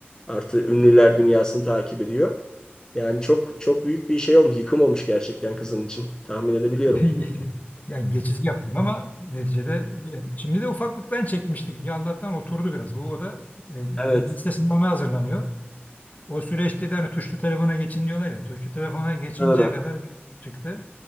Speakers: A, on the left; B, on the left.
A: artı ünlüler dünyasını takip ediyor. Yani çok çok büyük bir şey olmuş, yıkım olmuş gerçekten kızın için. Tahmin edebiliyorum.
B: <laughs> Yani geçici yaptık ama neticede öyle. Şimdi de ufaklıktan çekmiştik. Ya Allah'tan oturdu biraz. Bu o da e,
A: Evet,
B: lise sınavına hazırlanıyor. O süreçte de hani tuşlu telefona geçin diyorlar ya. Tuşlu telefona geçinceye
A: doğru.
B: kadar çıktı.